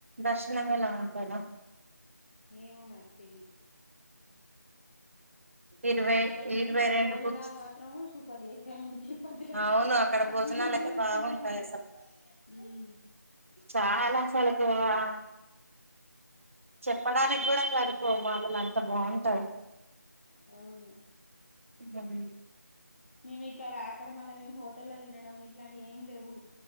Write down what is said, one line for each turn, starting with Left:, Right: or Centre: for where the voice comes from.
Right: దర్శనం ఎలా ఉంటేనా
Left: ఏమో మరి తెలీదు
Right: ఇరవై
Left: అలా యండి
Right: ఇరవై రెండు
Left: భోజనాలు
Right: బుక్స్
Left: మాత్రం సూపర్ చేసారు అండి చిప్ పొద్దున
Right: అవును అక్కడ
Left: ఆ
Right: భోజనాలు
Left: స్మెల్
Right: అయితే
Left: చూసుకుంటనే
Right: బాగుంటాయి
Left: ఉన్నా ఉ
Right: చాల చలుకు ఆ చెప్పడానికి కూడా సరిపోవు మాటలు అంత బాగుంటాది
Left: అవును
Right: ఉహు
Left: మేము ఇక్కడ అక్కడ మళ్ళా మేము హోటల్లో తినడం ఇట్లాంటి ఏం లేవు